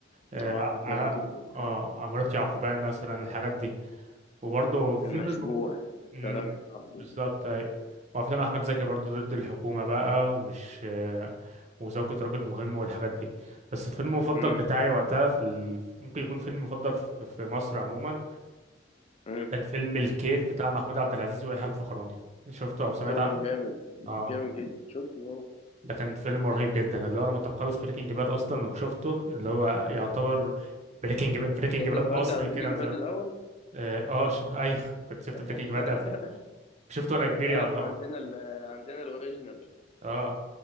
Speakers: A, on the right; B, on the left.
A: آه
B: اه حتى
A: ع-
B: لا تكذب
A: آه،
B: كان
A: عمارة يعقوبيان مثلا الحاجات دي وبرضه فيلم
B: المشبوح
A: الم... امم
B: سلام يا صاحبي
A: بالظبط أيوة. وافلام
B: اه
A: احمد زكي برضو ضد الحكومه بقى ومش آه، وزوجة راجل مهم والحاجات دي بس الفيلم المفضل
B: مم.
A: بتاعي وقتها في ال... ممكن يكون فيلم مفضل في في مصر عموما
B: مم.
A: كان فيلم الكيف بتاع محمود عبد العزيز ويحيى الفخراني شفته او سمعت
B: طبعا
A: عنه
B: جامد
A: اه
B: جامد جدا شفته طبعا
A: ده كان فيلم رهيب جدا اللي هو انا كنت مخلص بريكنج باد اصلا وشفته اللي هو يعتبر بريكنج باد بريكنج
B: يعني
A: باد
B: انت اتفرجت
A: مصري
B: على بريكنج
A: كده من زمان
B: باد الاول
A: اه آه، ش... ايوه كنت شفت بريكنج
B: <laughs>
A: باد قبله شفته وانا كبير
B: لا
A: يعتبر
B: احنا عندنا ال عندنا الاوريجينال
A: اه